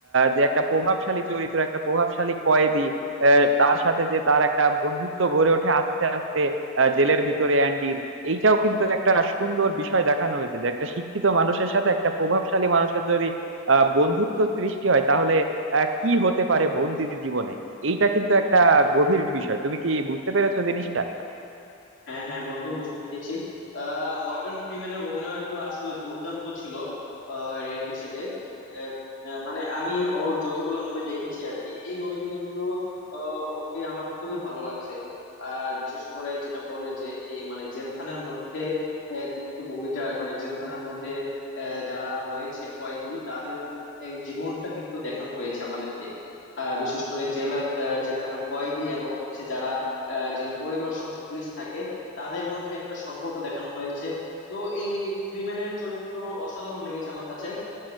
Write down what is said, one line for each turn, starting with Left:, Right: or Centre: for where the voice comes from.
Right: যে একটা প্রভাবশালী চরিত্র একটা প্রভাবশালী কয়েদি আহ, তার সাথে যে তার একটা বন্ধুত্ব গড়ে ওঠে আস্তে আস্তে আহ, জেলের ভিতরে অ্যান্ডি এইটাও কিন্তু একটা সুন্দর বিষয় দেখানো হয়েছে যে একটা শিক্ষিত মানুষের সাথে একটা প্রভাবশালী মানুষের যদি আহ বন্ধুত্ব সৃষ্টি হয় তাহলে আহ, কি হতে পারে বন্দির জীবনে এইটা কিন্তু একটা গভীর বিষয় তুমি কি বুঝতে পেরেছো জিনিসটা
Left: হ্যাঁ হ্যাঁ বন্ধু বুঝতে পেরেছি আহ মর্গান ফ্রিম্যানের অভিনয় তো আসলে দুর্দান্ত ছিল রেড হিসেবে আহ, আহ, মানে আমি ওর যতগুলো মুভি দেখেছি আর কি এই মুভিতে কিন্তু আহ, ওকে আমার খুবই ভালো লাগছে আর বিশেষ করে যেটা বললে যে এই মানে জেলখানার মধ্যে আহ, কিন্তু মুভিটা মানে জেলখানার মধ্যে আহ, যারা রয়েছে কয়েদি তাদের এই জীবনটা কিন্তু দেখানো হয়েছে আমাদেরকে আহ, বিশেষ করে জেলার আহ, জেলখানার কয়েদি এবং হচ্ছে যারা আহ, জেল পরিদর্শক পুলিশ থাকে তাদের মধ্যে একটা সম্পর্ক দেখানো হয়েছে তো এই ফ্রিম্যানের চরিত্র অসাধারণ লেগেছে আমার কাছে